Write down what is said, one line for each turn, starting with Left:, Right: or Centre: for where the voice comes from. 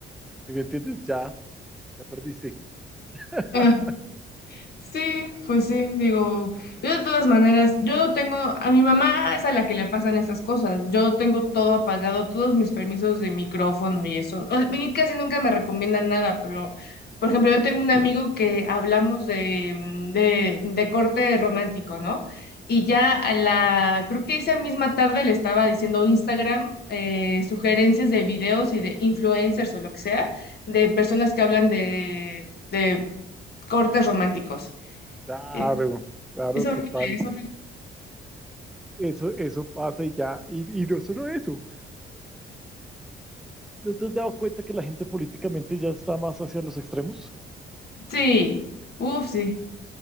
Centre: ¿Sí me entiendes? Ya, ya perdiste. <laughs>
Left: ah, Sí, pues sí, digo, yo de todas maneras, yo tengo, a mi mamá es a la que le pasan estas cosas, yo tengo todo apagado, todos mis permisos de micrófono y eso, o sea, y casi nunca me recomiendan nada, pero, por ejemplo, yo tengo un amigo que hablamos de, mm, de, de corte romántico, ¿no? Y ya a la, creo que esa misma tarde le estaba diciendo Instagram, eh, sugerencias de videos y de influencers o lo que sea, de personas que hablan de, de cortes románticos.
Centre: Claro,
Left: Es,
Centre: claro,
Left: es horrible,
Centre: total.
Left: es horrible.
Centre: Eso, eso pasa y ya. Y, y no solo eso. ¿No te has dado cuenta que la gente políticamente ya está más hacia los extremos?
Left: Sí, uff, sí,